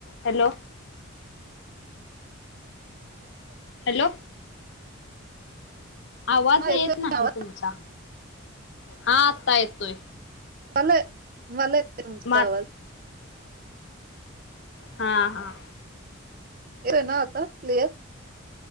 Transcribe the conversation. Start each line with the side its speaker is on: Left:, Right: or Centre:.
Left: Hello hello आवाज
Right: हा
Left: येत
Right: येतोय
Left: नाही
Right: ना आवाज?
Left: तुमचा हा आत्ता येतोय
Right: मला मला
Left: मा
Right: सवाल
Left: हा हा
Right: येव ना आता क्लियर